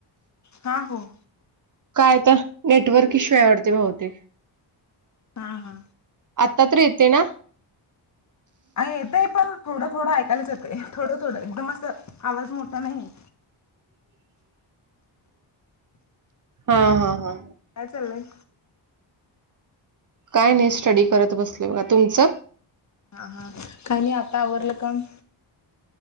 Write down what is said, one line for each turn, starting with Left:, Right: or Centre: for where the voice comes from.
Left: हा हो.
Right: काय आता, नेटवर्क इश्यू आहे वाढतं बहुतेक.
Left: हा हा
Right: आत्ता तर येते ना?
Left: अ येतय पण, थोडं थोडं ऐकायलाच येतं थोडं थोडं एकदम असं आवाज मोठा नाही.
Right: हा हा हा.
Left: काय चाललंय?
Right: काय नाही, स्टडी करत बसले बघा. तुमचं?
Left: हा हा काय नाही आता आवरलं काम.